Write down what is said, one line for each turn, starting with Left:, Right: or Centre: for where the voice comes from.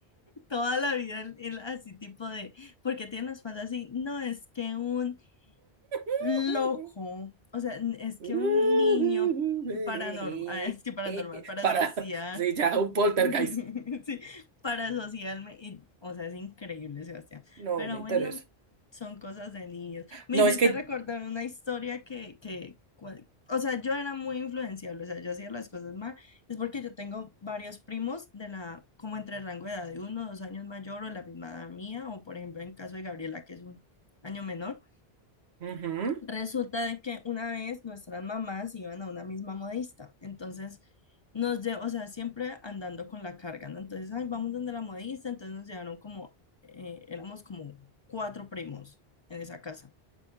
Left: toda la vida en- en- así tipo de, porque tiene la espalda así? No, es que un
Right: <laughs>
Left: loco, o sea, n- es
Right: <laughs>
Left: que un niño paranormal, <laughs> es que paranormal, para
Right: Para,
Left: asociar.
Right: sí, ya, un poltergeist.
Left: <laughs> Sí, para asociarme, y, o sea, es increíble, Sebastián.
Right: No,
Left: Pero
Right: me interesa.
Left: bueno, son cosas de niños. Me
Right: No,
Left: hiciste
Right: es que...
Left: recordar una historia que, que, cual- o sea, yo era muy influenciable, o sea, yo hacía las cosas mal. Es porque yo tengo varios primos de la, como entre el rango de edad de uno, o dos años mayor o la misma edad mía, o por ejemplo, en caso de Gabriela, que es un año menor.
Right: Ujú,
Left: Resulta de que una vez nuestras mamás iban a una misma modista, entonces nos llevó, o sea, siempre andando con la carga, ¿no? Entonces, ay, vamos donde la modista, entonces nos llevaron como, eh, éramos como cuatro primos en esa casa.